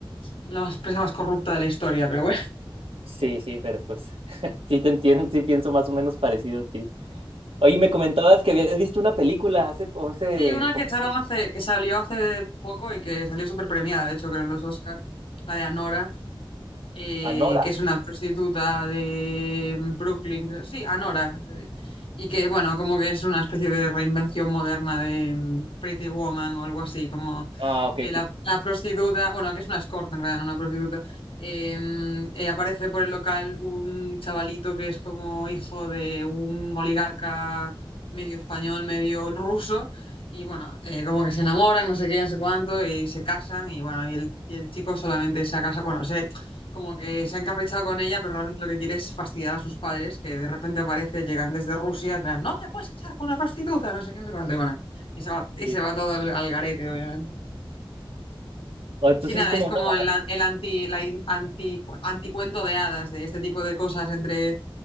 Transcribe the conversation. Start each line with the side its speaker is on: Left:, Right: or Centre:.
Left: la más- empresa más corrupta de la historia, pero bueno.
Right: sí, sí, pero pues <laughs> sí te entiendo, sí pienso más o menos parecido a ti. Oye,
Left: Sí.
Right: me comentabas que habías visto una película hace, po- hace
Left: Sí, una que
Right: poco,
Left: echaron hace, que salió hace poco y que salió súper premiada, de hecho, creo en los Oscar, la de Anora, eh,
Right: Anora.
Left: que es una prostituta de Brooklyn, creo- sí, Anora, eh, y que, bueno, como que es una especie de reinvención moderna de mm, Pretty Woman o algo así, como
Right: Ah, ok,
Left: que la,
Right: sí.
Left: la prostituta, bueno, que es una escort en realidad, no una prostituta, eh, eh, aparece por el local un chavalito que es como hijo de un oligarca medio español, medio ruso. Y bueno, eh, como que se enamoran, no sé qué, no sé cuánto, y se casan, y bueno, y el, y el chico solamente se casa, bueno, como que se ha encaprichado con ella, pero realmente lo que quiere es fastidiar a sus padres, que de repente aparece, llegan desde Rusia, en plan, no te puedes casar con una prostituta, no sé qué, no sé cuánto, y bueno, y se va, y
Right: sí.
Left: se va todo al, al garete, obviamente.
Right: O Entonces
Left: Y
Right: sí
Left: nada,
Right: es como
Left: es como
Right: una...
Left: el, an- el anti, la in- anti, anticuento de hadas, de este tipo de cosas entre